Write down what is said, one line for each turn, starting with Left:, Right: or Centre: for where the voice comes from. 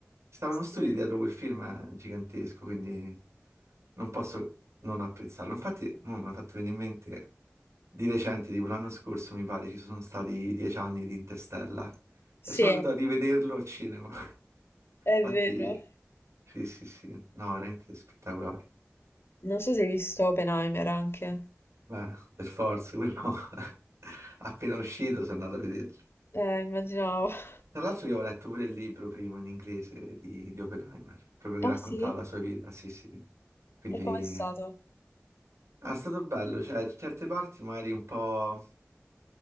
Right: Stava
Left: Sì,
Right: uno studio
Left: eh.
Right: dietro quel film eh, gigantesco, quindi non posso non apprezzarlo. Infatti, mo mi ha fatto venire in mente di recente, tipo l'anno scorso, mi pare, ci sono stati dieci anni di Interstellar e
Left: Sì,
Right: sono andato a rivederlo al cinema. <laughs>
Left: è
Right: Infatti,
Left: vero.
Right: sì, sì, sì, no, veramente spettacolare.
Left: Non so se hai visto Oppenheimer anche.
Right: Beh, per forza, quello <laughs> appena uscito sono andato a vederlo.
Left: Eh, immaginavo. <laughs>
Right: Tra l'altro io ho letto pure il libro prima in inglese di, di Oppenheimer, proprio che raccontava
Left: Ah sì?
Right: la sua vita, sì sì. Quindi
Left: E com'è stato?
Right: ah, è stato bello, cioè certe parti magari un po',